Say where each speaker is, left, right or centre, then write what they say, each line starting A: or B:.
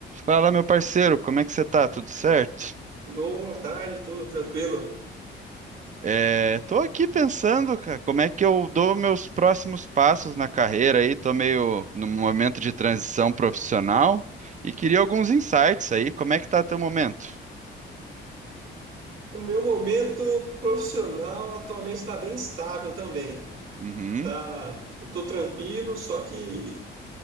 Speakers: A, on the right (about 40°); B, on the right (about 80°).
A: Fala, meu parceiro, como é que você tá? Tudo certo?
B: Boa tarde, tudo tranquilo?
A: É, tô aqui pensando, cara, como é que eu dou meus próximos passos na carreira aí, tô meio num momento de transição profissional e queria alguns insights aí, como é que tá teu momento?
B: O meu momento profissional atualmente está bem estável também.
A: Uhum.
B: Tá, estou tranquilo, só que